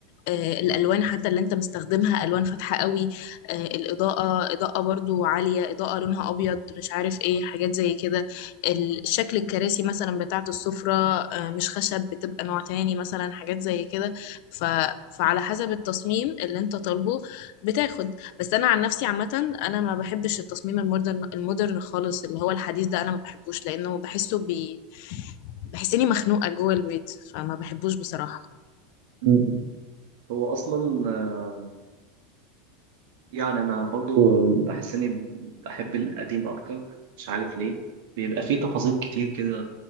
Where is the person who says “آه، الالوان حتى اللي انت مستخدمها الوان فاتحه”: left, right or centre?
Left